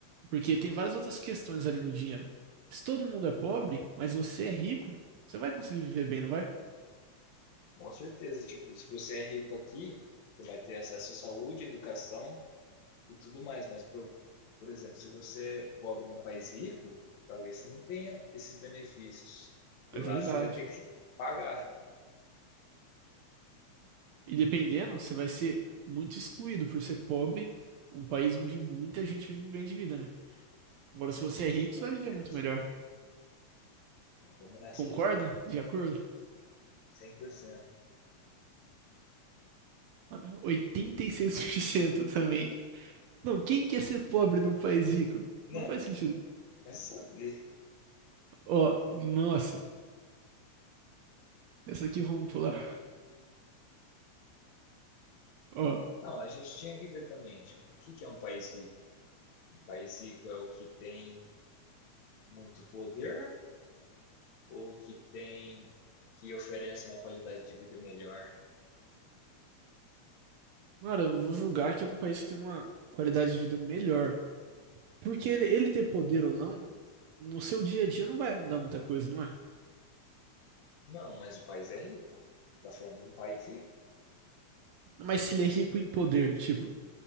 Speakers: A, on the right; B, on the left.
A: Porque tem várias outras questões além do dinheiro. Se todo mundo é pobre, mas você é rico, você vai conseguir viver bem, não vai?
B: Com certeza, tipo, se você é rico aqui, você vai ter acesso à saúde, educação, e tudo mais. Mas, por, por exemplo, se você é pobre num país rico, talvez você não tenha esses benefícios. E
A: É
B: lá
A: verdade.
B: você vai ter que pagar,
A: E dependendo, você vai ser muito excluído por ser pobre, um país onde muita gente vive bem de vida, né? Agora, se
B: com
A: você é rico,
B: certeza.
A: você vai viver muito melhor.
B: Então vamos nessa
A: Concorda?
B: aí,
A: De acordo?
B: cem por cento
A: Mano, 86% <laughs> também. Não, quem quer ser pobre num país rico?
B: Não,
A: Não faz sentido.
B: é saber.
A: Ó, nossa. Essa aqui vamos pular. Ó,
B: Não, a gente tinha que ver também, tipo, o que que é um país rico? Um país rico é o que tem muito poder ou que tem que oferece uma qualidade de vida melhor?
A: mano, eu vou julgar que é um país que tem uma qualidade de vida melhor. Porque ele, ele ter poder ou não, no seu dia a dia não vai mudar muita coisa, não é?
B: Não, mas o país é rico. Não Tá falando de um país rico.
A: Mas se ele é rico em poder, tipo,